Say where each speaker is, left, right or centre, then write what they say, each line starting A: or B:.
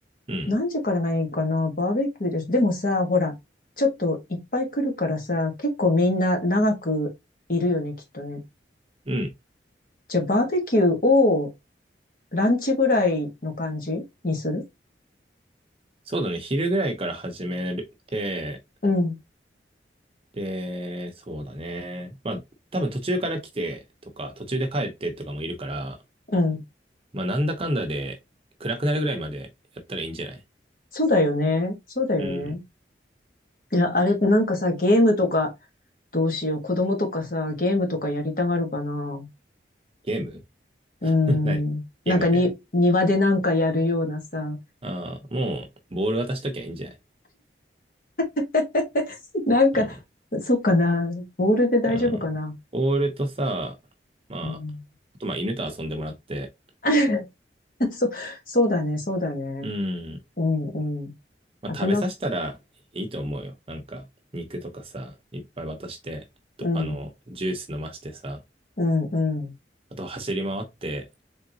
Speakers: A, on the right; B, on the left.
A: うん。
B: 何時からがいいかな、バーベキューです。でもさ、ほら、ちょっといっぱい来るからさ、結構みんな長くいるよね、きっとね。
A: うん。
B: じゃあバーベキューをランチぐらいの感じにする
A: そうだね。昼ぐらいから始めて、
B: うん、
A: で、そうだね。まあ、多分途中から来てとか、途中で帰ってとかもいるから、
B: うん。
A: まあ、なんだかんだで暗くなるぐらいまでやったらいいんじゃない
B: そうだよね。そうだよね。
A: うん。
B: いや、あれ、なんかさ、ゲームとか、どうしよう。子供とかさ、ゲームとかやりたがるかな。
A: ゲーム <laughs>
B: うー
A: 何ゲームって何
B: ん。なんかに、庭でなんかやるようなさ。
A: ああー、もう、ボール渡しときゃいいんじゃない
B: <laughs> なんか、
A: うん。
B: そっかな。ボールで大丈夫かな。
A: うん。ボールとさ、まあ、
B: うん、
A: あとまあ犬と遊んでもらって、
B: <laughs> そ、そうだね、そうだね。
A: うん。
B: うん、うん。
A: まあ、
B: あとな、
A: 食べさせたらいいと思うよ。なんか、肉とかさ、いっぱい渡して、とあの、
B: うん、
A: ジュース飲ましてさ、
B: うん、うん。
A: あと走り回って